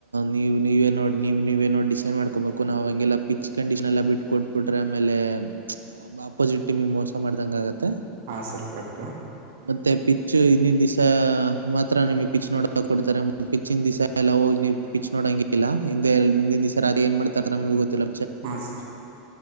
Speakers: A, on the right (about 80°); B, on the right (about 55°).
A: ನೀವು ನೀವೇ ನೋಡಿ ನೀವು ನೀವೇ ನೋಡ್ ಡಿಸೈಡ್ ಮಾಡ್ಕೊಬೇಕು ನಾವು ಹಂಗೆಲ್ಲ ಪಿಚ್ ಕಂಡೀಷನ್ ಎಲ್ಲ ಬಿಟ್ಟು ಕೊಟ್ಟಬಿಟ್ರೆ ಆಮೇಲೆ. ಬ್ಬ ಆಪೋಸಿಟ್ ಟೀಮಿಗ ಮೋಸ ಮಾಡ್ ಹಂಗ್ ಆಗತ್ ತಾ
B: ಹಾಂ ಸರ್ ಕರೆಕ್ಟು
A: ಮತ್ತೆ ಪಿಚ್ ಹಿಂದಿದ್ ದಿವ್ಸ ಮಾತ್ರ ನಿಮಿಗ್ ಪಿಚ್ ನೋಡಕ ಕೊಡ್ತಾರೆ ಚಿಂದಿಸಾ ಎಲ್ಲ ಹೋಗಿ. ನೀವು ಪಿಚ್ ನೋಡಂಗಿಲ್ಲ ಹಿಂದೆ ಎಲ್ ಹಿಂದಿನ ದಿವ್ಸ ರಾತ್ರಿ ಎನ್ ಮಾಡ್ತ ನಮಿಗೆ ಗೊತ್ತಿಲ್.
B: ಹ ಸರ್